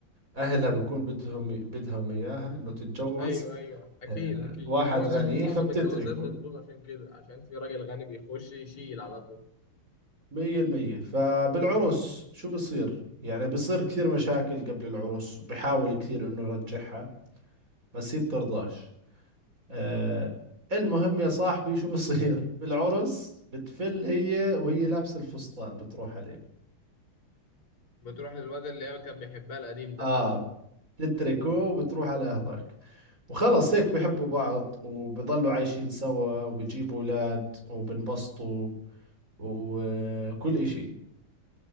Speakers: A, on the right (about 40°); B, on the left (about 80°).
A: أهلها بكون بدهم بدهم إياها إنه تتجوز
B: ايوه ايوه اكيد
A: آه،
B: اكيد
A: واحد
B: معظم
A: غني
B: معظم
A: فبتتركه
B: الجوازات بتبوظ عشان كده عشان في راجل غني بيخش يشيل على طول
A: مية المية فبالعرس شو بصير يعني بصير كثير مشاكل قبل العرس وبحاول كثير انه يرجعها بس هي بترضاش آه المهم يا صاحبي شو بصير <laughs> بالعرس بتفل هي وهي لابسة الفستان بتروح عليه
B: بتروح للواد اللي هي كان بيحبها القديم ده
A: اه بتتركه وبتروح على هذاك وخلص هيك بحبوا بعض وبضلوا عايشين سوا وبجيبوا اولاد وبنبسطوا وكل اشي